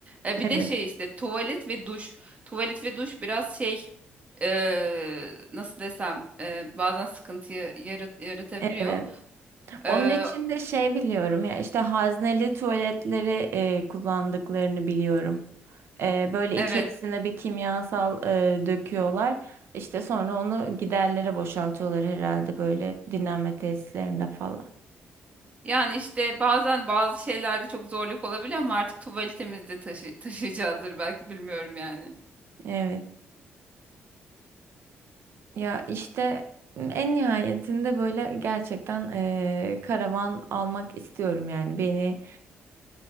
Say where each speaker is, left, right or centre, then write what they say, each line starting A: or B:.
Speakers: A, on the right; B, on the right.
A: E, bir
B: evet,
A: de şey işte tuvalet ve duş. Tuvalet ve duş biraz şey e, nasıl desem e, bazen sıkıntıyı yarat- yaratabiliyor.
B: evet.
A: Ee,
B: Onun için de şey biliyorum ya işte hazneli tuvaletleri e, kullandıklarını biliyorum. E, böyle
A: evet.
B: içerisine bir kimyasal e, döküyorlar. İşte sonra onu giderlere boşaltıyorlar herhalde böyle dinlenme tesislerinde falan.
A: Yani işte bazen bazı şeylerde çok zorluk olabiliyor ama artık tuvaletimizde de taşı <laughs> taşıyacağızdır belki bilmiyorum yani.
B: Evet. Ya işte en nihayetinde böyle gerçekten e, karavan almak istiyorum yani beni